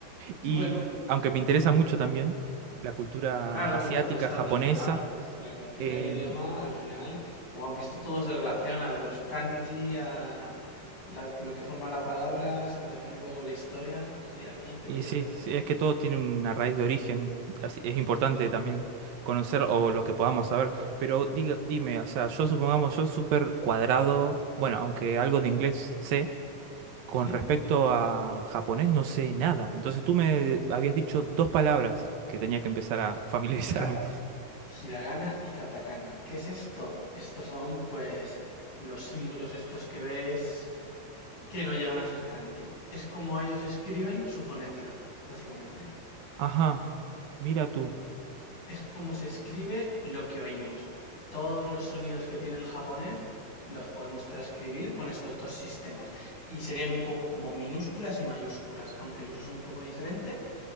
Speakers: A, on the left (about 60°); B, on the right (about 80°).
A: bueno,
B: y aunque me interesa mucho también la cultura
A: claro,
B: asiática,
A: bueno, todo está
B: japonesa,
A: relacionado. La, cu- la cultura,
B: eh,
A: el idioma, al final, como has visto, todo se relaciona. De los kanji a la- lo que forma la palabra, se relaciona un poco con la historia. Sí, aquí te
B: Y
A: pierdes.
B: sí, sí, es que todo tiene una raíz de origen, así es importante también conocer o lo que podamos saber. Pero diga, dime, o sea, yo supongamos yo súper cuadrado, bueno, aunque algo de inglés sé, con
A: Ujú,
B: respecto a japonés no sé nada. Entonces tú me habías dicho dos palabras que tenía que empezar a familiarizarme.
A: Claro. Hiragana y katakana. ¿Qué es esto? Estos son, pues, los símbolos estos que ves que no llegan a ser kanji. Es como ellos escriben su fonética, básicamente.
B: <laughs> Ajá, mira tú,
A: Es como se escribe lo que oímos. Todos los sonidos que tiene el japonés los podemos transcribir con estos dos sistemas. Y serían un poco como minúsculas y mayúsculas, aunque el uso es un poco diferente,